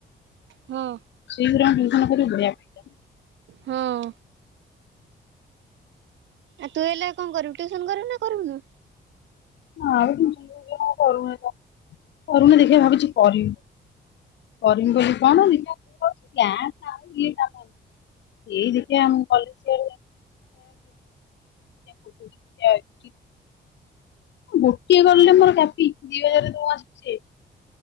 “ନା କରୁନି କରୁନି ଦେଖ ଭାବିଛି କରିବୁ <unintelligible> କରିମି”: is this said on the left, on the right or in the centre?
Left